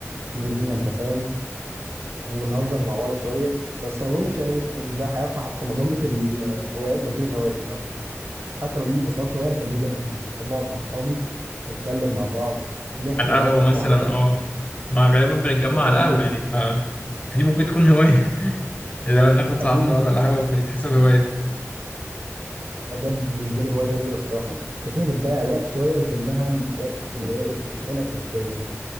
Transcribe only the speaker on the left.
على
القهوة
مثلا
اه ما غالبا بنتجمع
على القهوة يعني ف... فدي ممكن تكون هواية <laughs> لو ناخد
صاحبنا نقعد
على القهوة فدي تحسب هواية